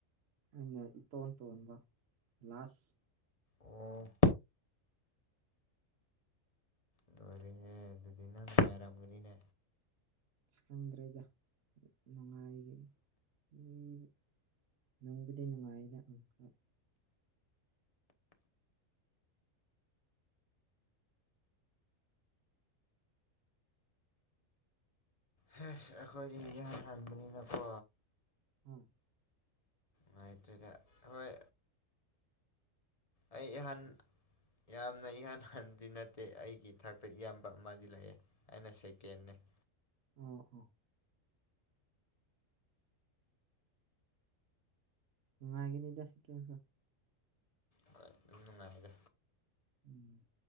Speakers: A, on the right; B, on the left.
A: ꯑꯩꯅ ꯏꯇꯣꯟ ꯇꯣꯟꯕ ꯂꯥꯁ
B: ꯑꯣ ꯂꯣꯏꯔꯦꯍꯦ ꯑꯗꯨꯗꯤ ꯅꯪ ꯅꯨꯡꯉꯥꯏꯔꯝꯒꯅꯤꯅꯦ
A: ꯑꯁ ꯈꯪꯗ꯭ꯔꯦꯗ ꯅꯨꯡꯉꯥꯏꯒꯤ <unintelligible> ꯅꯨꯡꯕꯨꯗꯤ ꯅꯨꯡꯉꯥꯏꯗ ꯑꯪꯀꯜ
B: ꯍꯁ ꯑꯩꯈꯣꯏꯗꯤ ꯏꯍꯥꯟ ꯍꯥꯟꯕꯅꯤꯅꯀꯣ
A: ꯍꯣꯏ
B: ꯅꯨꯡꯉꯥꯏꯇ꯭ꯔꯦꯗ ꯍꯣꯏ ꯑꯩ ꯏꯍꯥꯟ ꯌꯥꯝꯅ ꯏꯍꯥꯟ ꯍꯥꯟꯕꯗꯤ ꯅꯠꯇꯦ ꯑꯩꯒꯤ ꯏꯊꯛꯇ ꯏꯌꯥꯝꯕ ꯑꯃꯗꯤ ꯂꯩꯌꯦ ꯑꯩꯅ ꯁꯦꯀꯦꯟꯅꯦ <inaudible>
A: ꯑꯣ ꯑꯣ ꯉꯥꯏꯒꯤꯅꯤꯗ ꯁꯦꯀꯦꯟꯁꯨ
B: ꯍꯣꯏ ꯑꯗꯨꯝ ꯅꯨꯡꯉꯥꯏꯗ
A: ꯎꯝ